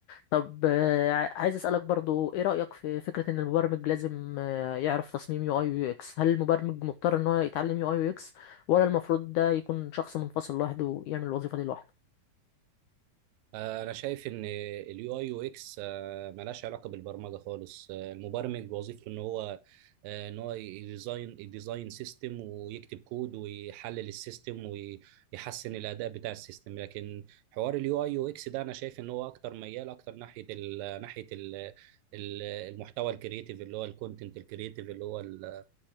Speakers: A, on the left (about 85°); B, on the right (about 80°).
A: طب آه، عايز اسالك برضو ايه رايك في فكره ان المبرمج لازم آه، يعرف تصميم يو اي ويو اكس هل المبرمج مضطر ان هو يتعلم يو اي ويو اكس ولا المفروض ده يكون شخص منفصل لوحده ويعمل الوظيفه دي لوحده
B: آه، انا شايف ان اليو اي يو اكس ملهاش علاقه بالبرمجه خالص آه، المبرمج وظيفته ان هو آه، ان هو يديزاين يديزاين سيستم ويكتب كود ويحلل السيستم ويحسن الاداء بتاع السيستم لكن حوار اليو اي يو اكس ده انا شايف ان هو اكتر ميال اكتر ناحيه ال ناحيه ال المحتوى الكرييتيف اللي هو الكونتنت الكرييتيف اللي هو ال